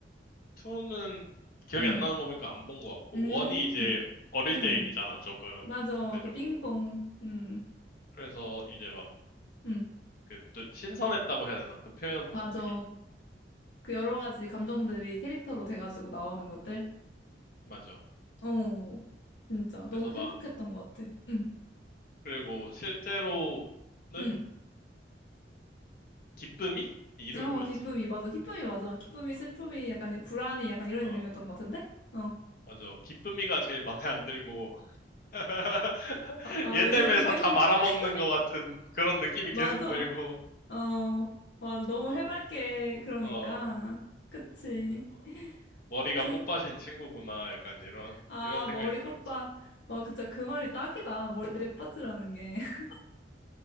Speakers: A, on the left; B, on the left.
A: 2는 기억이
B: 응,
A: 안 나는 거 보니까 안 본 거 같고,
B: 음,
A: 1이 이제 어릴
B: 음,
A: 때 얘기잖아, 조금,
B: 맞아.
A: 상대적으로.
B: 그 빙봉, 음,
A: 그래서 이제 막,
B: 음,
A: 그, 또 신선했다고 해야 되나? 그 표현
B: 맞아.
A: 방식이?
B: 그 여러 가지 감정들이 캐릭터로 돼가지고 나오는 것들?
A: 맞아.
B: 어, 진짜. 너무
A: 그래서 막,
B: 신박했던 것 같아. 응.
A: 그리고 실제로는
B: 응.
A: 기쁨이? 이름이
B: 어,
A: 뭐였지?
B: 기쁨이, 맞아. 기쁨이, 맞아. 기쁨이,
A: 어,
B: 슬픔이, 약간, 이- 불안이, 약간 이런
A: 어,
B: 이름이었던 것 같은데? 어.
A: 맞아. 기쁨이가 제일 마음에 안 들고, <laughs>
B: 아,
A: 얘
B: 왜 저렇게
A: 때문에 다,
B: 계속,
A: 다 말아먹는
B: <laughs>
A: 것 같은 그런 느낌이
B: 맞아.
A: 계속 들고,
B: 어, 맞아. 너무
A: 어,
B: 해맑게, 그러니까.
A: 어,
B: 그치.
A: 어, 머리가
B: 그,
A: 꽃밭인 친구구나, 약간 이런,
B: 아,
A: 이런 생각이
B: 머리
A: 들었지.
B: 꽃밭. 와, 진짜
A: 음.
B: 그 말이 딱이다. 머리 꽃밭이라는 게. <laughs>